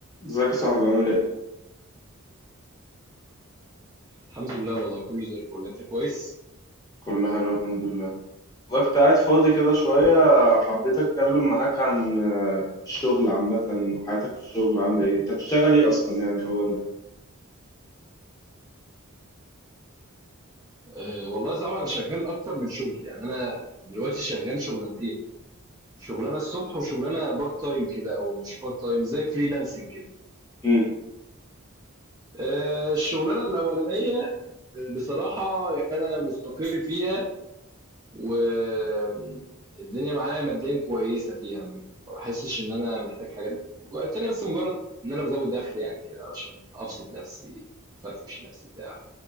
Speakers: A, on the left; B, on the right.
A: ازيك يا صاحبي عامل ايه؟
B: الحمد لله والله كله زي الفل انت كويس
A: كله حلو الحمد لله والله كنت قاعد فاضي كده شوية حبيت اتكلم معاك عن آه، الشغل عامة وحياتك في الشغل عاملة ايه؟ انت بتشتغل ايه اصلا يعني اولا؟
B: أه والله طبعا انا شغال اكتر من شغل يعني انا دلوقتي شغال شغلانتين شغلانه الصبح وشغلانه بارت تايم كده او مش بارت تايم زي فريلانسنج كده
A: مم.
B: أه الشغلانه الاولانيه بصراحه يعني انا مستقر فيها والدنيا معايا ماديا كويسه فيها ما بحسش ان انا محتاج حاجه مج- التانيه بس مجرد ان انا بزود دخل يعني كده علشان ابسط نفسي افرفش نفسي بتاع